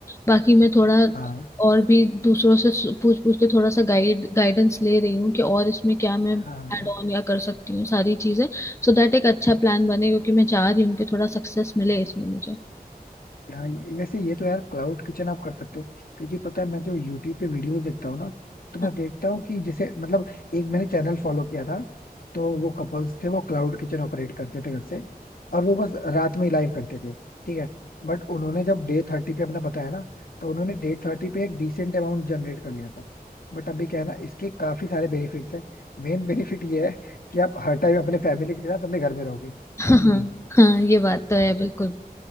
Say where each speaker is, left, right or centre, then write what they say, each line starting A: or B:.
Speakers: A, on the left; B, on the left.
A: बाकी मैं थोड़ा
B: हाँ
A: और भी दूसरों से सु- पूछ पूछ के थोड़ा सा गाइड गाइडेंस ले रही हूँ कि और इसमें क्या मैं
B: हाँ
A: ऐड
B: हाँ।
A: ऑन या कर सकती हूँ सारी चीज़ें सो दैट एक अच्छा प्लान बने क्योंकि मैं चाह रही हूँ कि थोड़ा सक्सेस मिले इसमें मुझे
B: हाँ वैसे ये तो यार क्लाउड किचन आप कर सकते हो क्योंकि पता है मैं जो यूट्यूब पे वीडियोस देखता हूँ ना तो
A: <laughs>
B: मैं देखता हूँ कि जैसे मतलब एक मैंने चैनल फॉलो किया था तो वो कपल्स थे वो क्लाउड किचन ऑपरेट करते थे घर से और वो बस रात में ही लाइव करते थे ठीक है बट उन्होंने जब डे थर्टी पे अपना बताया ना तो उन्होंने डे थर्टी पे एक डिसेंट अमाउंट जनरेट कर लिया था बट अभी क्या है ना इसके काफी सारे बेनिफिट्स हैं मेन बेनिफिट ये है कि आप हर टाइम अपने फैमिली के साथ अपने घर में रहोगे
A: हाँ
B: है कि
A: हाँ
B: नहीं
A: हाँ, ये बात तो है बिल्कुल